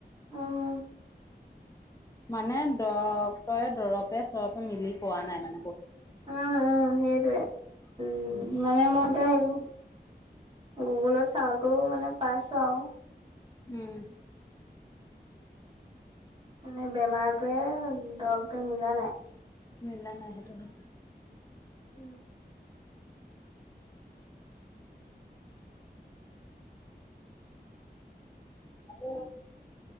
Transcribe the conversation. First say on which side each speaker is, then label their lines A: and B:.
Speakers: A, on the right (about 30°); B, on the left (about 20°).
A: উম
B: মানে ডক্টৰে দৰপে চৰপে মিলি পোৱা নাই মানে বস্তু
A: উম, উম সেইটোৱে উ
B: উম
A: মানে মই এতিয়া হেৰি গুগুলত চাওঁতেও মানে পাইছো আৰু
B: উম।
A: মানে বেমাৰটোৱে দৰৱটোৱে মিলা নাই
B: মিলা নাই সেইটো হৈছে
A: <unintelligible>
B: উম।